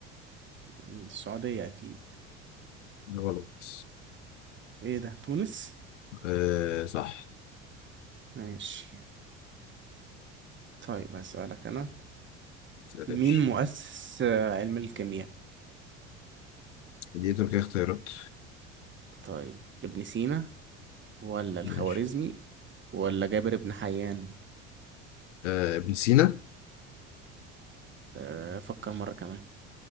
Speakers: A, on the right; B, on the left.
A: السعودية اكيد
B: غلط
A: ايه ده تونس
B: آه صح
A: ماشي طيب هسألك انا
B: متقلقش
A: مين مؤسس آه، علم الكيمياء
B: دي طب كده اختيارات
A: طيب ابن سينا ولا الخوارزمي
B: ماشي
A: ولا جابر بن حيان
B: آه ابن سينا
A: آه، افكر مرة كمان